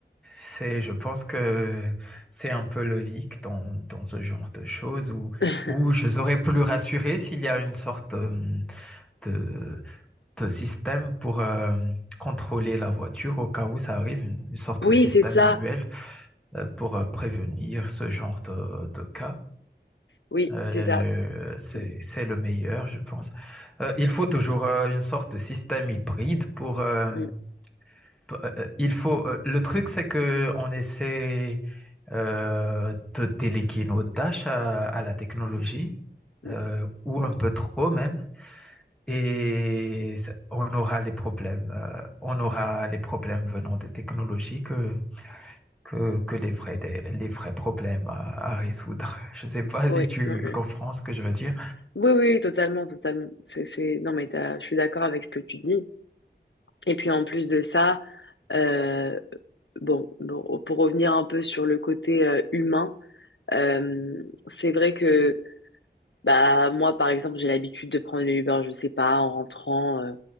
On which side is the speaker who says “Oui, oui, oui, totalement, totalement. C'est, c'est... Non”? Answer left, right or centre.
Left